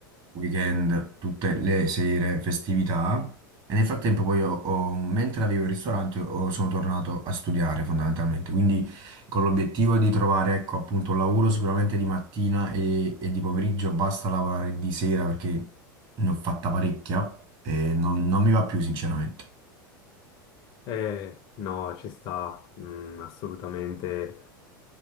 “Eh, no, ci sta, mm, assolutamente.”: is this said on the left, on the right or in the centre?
Left